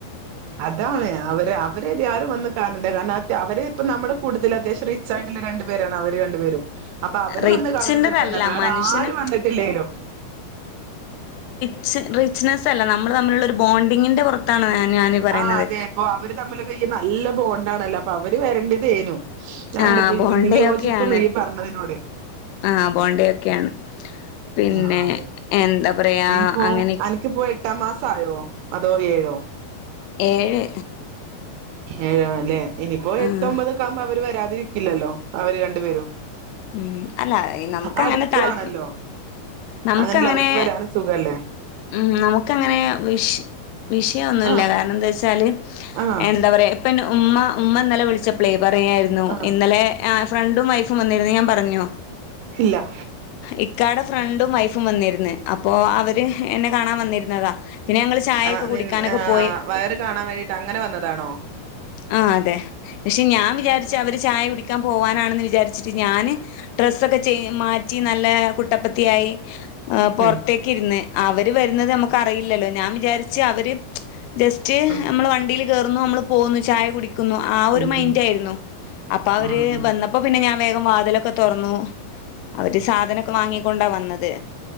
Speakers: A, on the right (about 85°); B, on the left (about 85°).
A: അതാണ് അവര് അവര്ആരും വന്ന് കാണണ്ടേ കാരണം അവര് അപ്പ നമ്മള് കൂടത അത്യാശം റിച്ചൺ നിങ്ങരണ്ട് പേരാണ് അവര് രണ്ടുപേരും അപ്പൊ അവര്
B: റിച്ചിന്റെതല്ല
A: വന്ന് കാണൽനിർബന്ധ വേറെ
B: മനുഷ്യന്
A: ആരും വന്നിട്ടില്ലലോ
B: ച്ച് റിച്ച്നസ് അല്ല നമ്മള് തമ്മിലുള്ള ഒരു ബോണ്ടിങ്ങിന്റെ പുറത്താണ്. ഞാന് പറയുന്നത്
A: ആ അതെ ഇപ്പൊ അവര് തമ്മിലൊക്കെ ഈ നല്ല ബോണ്ട ആണല്ലോ അപ്പൊ അവര് വരണ്ട് തെനു ഞാൻ
B: ആഹ്
A: അന്റെ
B: ബോണ്ടയൊക്കെയാണ്
A: നിയോജിക്കുന്നു ഇയ് പറഞ്ഞതിനോട്
B: ആഹ് ബോണ്ടയൊക്കെയാണ് പിന്നെ
A: ആ അതെ
B: എന്താ പറയാ
A: ഇനിപ്പോ
B: അങ്ങനെ
A: അനക്ക്പ്പോ എട്ടാം മാസം ട്ടായോ അതോ ഏഴോ
B: ഏഴ്
A: ഏഴാണല്ലേ ഇനിപ്പോ
B: ആഹ്
A: എട്ടൊമ്പതൊക്കകുമ്പോ അവ വരാ തിരിക്കില്ലല്ലോ അവര് രണ്ടുപേരും
B: മംഅല്ല നമുക്ക്
A: അടുത്തു
B: അങ്ങനെ താൽ
A: ആണല്ലോ
B: നമുക്ക്
A: അങ്ങനെയല്ല
B: അങ്ങനെ
A: അവർക്ക് വരാനും സുഖല്ലേ
B: മം നമുക്ക് അങ്ങനെ വിഷ വിഷയൊന്നുല്ല
A: ആ
B: കാരണം എന്താവച്ചാല്
A: ആ
B: എന്താ പറയാ ഇപൻ ഉമ്മ ഉമ്മ ഇന്നലെ വിളിച്ചപ്പളേ പറയാരുന്നു
A: ആ
B: ഇന്നലെ ആ ഫ്രണ്ടും വൈഫും വന്നിരുന്നു ഞാൻ പറഞ്ഞോ
A: ഇല്ല
B: ഇക്കാടെ ഫ്രണ്ടും വൈഫും വന്നിരുന്ന് അപ്പോ അവര് എന്നെ കാണാൻ വന്നിരുന്നതാ പിന്നെ ഞങ്ങള് ചായയൊക്കെ
A: ആ നിന്ന
B: കുടിക്കാനൊക്കെ പോയി
A: വയറ് കാണാൻ വേണ്ടിട്ട് അങ്ങനെ വന്നതാണോ
B: ആ അതെ പക്ഷെ ഞാൻ വിചാരിച്ചെ അവര് ചായ കുടിക്കാൻ പോവാനാണെന്ന് വിചാരിച്ചിട്ട് ഞാന് ഡ്രസ്സൊക്കെ ചെയ് മാറ്റ് റ്റി നല്ല കുട്ടപ്പത്തിയായി അ പൊറത്തേക്ക്
A: ഉം
B: ഇരുന്ന് അവര് വരുന്നത് നമുക്ക് അറിയില്ലല്ലോ ഞാ ൻ വിചാരിച്ച് അവര് ജസ്റ്റ്
A: ആ
B: നമ്മൾ വണ്ടീല് കേറുന്നുു നമ്മള് പോന്നു ചായ കുടി - ക്കുന്നു ആ ഒരു
A: ഉം
B: മൈൻ്റായിരുന്നു
A: ഉം
B: അപ്പ അവര്
A: ആ ഉം
B: വന്നപ്പോ പിന്നെ ഞാൻ വേഗം വാതിലൊക്കെ തുറന്നു അവര് സാധനൊക്കെ വാങ്ങിക്കൊണ്ടാ വന്നത്